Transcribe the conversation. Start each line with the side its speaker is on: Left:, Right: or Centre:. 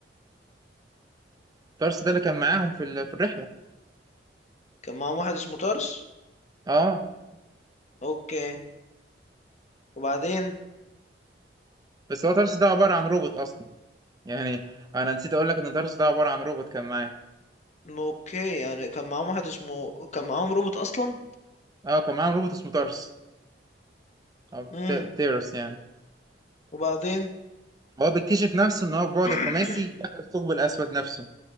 Right: تارس ده اللي كان معاهم في ال- في الرحلة
Left: كان معاهم واحد اسمه تارس
Right: اه
Left: اوكي وبعدين
Right: بس هو تارس ده عبارة عن روبوت اصلا يعني انا نسيت اقول لك ان تارس ده عبارة عن روبوت كان معاه
Left: اوكي يعني كان معاهم واحد اسمه كان معاهم روبوت اصلا
Right: اه كان معاهم روبوت اسمه تارس او
Left: امم
Right: ت- تيرس يعني
Left: وبعدين
Right: هو بيكتشف نفسه ان هو بعد
Left: <coughs>
Right: خماسي داخل الثقب الاسود نفسه